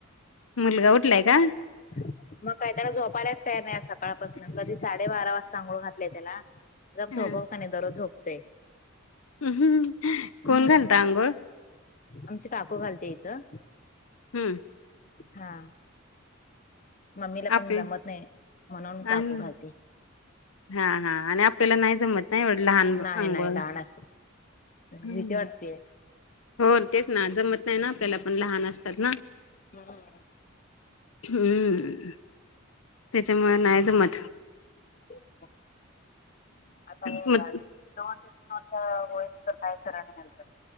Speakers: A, on the left; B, on the left.
A: मुलगा उठलाय का?
B: मग काही त्याला झोपायलाच तयार नाही आज सकाळ पसन कधी साडे बारा वाजता अंघोळ घातल्या त्याला. गप
A: हं.
B: झोपाव का नाही दररोज झोपतय.
A: अ हम
B: हम्म
A: कोण घालत अंघोळ?
B: आमची काकू घालत्या इथं.
A: हम्म
B: हा. मम्मीला पण
A: आप
B: जमत नाही म्हणून
A: आणि
B: काकू घालते.
A: हा हा आणि आपल्याला नाही जमत नाही एवढ लहान बा
B: नाही
A: अंघोळ
B: नाही लहान
A: ला
B: असते.
A: ह्.
B: भीती वाटतेय
A: हो तेच ना जमत नाही ना आपल्याला पण लहान असतात ना.
B: हा.
A: हम्म त्याच्या मुळ नाही जमत.
B: तेच का. आता हे
A: मग
B: दोन ते तीन वर्ष होईस तर काय खर नाही याचं.